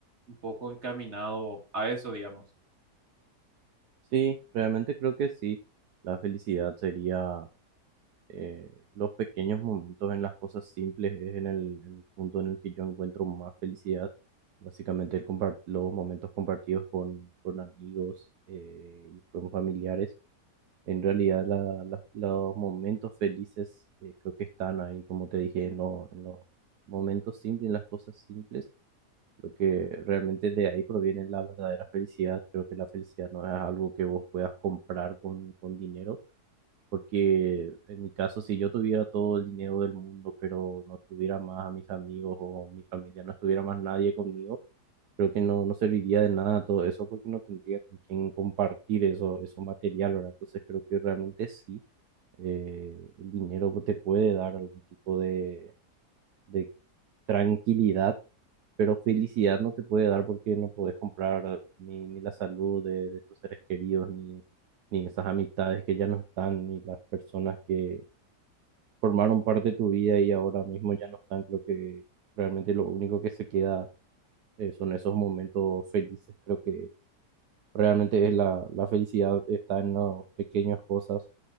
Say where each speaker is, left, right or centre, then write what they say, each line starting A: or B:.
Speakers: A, on the right; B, on the right.
A: un poco encaminado a eso, digamos.
B: Sí, realmente creo que sí. La felicidad sería eh, los pequeños momentos en las cosas simples, es en el, el punto en el que yo encuentro más felicidad. Básicamente el compar- los momentos compartidos con, con amigos eh, y con familiares. En realidad la- la- los momentos felices eh, creo que están ahí, como te dije, en, lo- en los momentos simples, en las cosas simples. Creo que realmente de ahí proviene la verdadera felicidad. Creo que la felicidad no es algo que vos puedas comprar con, con dinero, porque en mi caso, si yo tuviera todo el dinero del mundo, pero no tuviera más a mis amigos o mi familia, no estuviera más nadie conmigo, creo que no, no serviría de nada todo eso porque no tendría con quién compartir eso, eso material, ¿verdad? Entonces creo que realmente sí, eh, el dinero te puede dar algún tipo de, de tranquilidad, pero felicidad no te puede dar porque no podés comprar ni, ni la salud de, de tus seres queridos, ni, ni esas amistades que ya no están, ni las personas que formaron parte de tu vida y ahora mismo ya no están. Creo que realmente lo único que se queda eh, son esos momentos felices. Creo que realmente es la, la felicidad está en las pequeñas cosas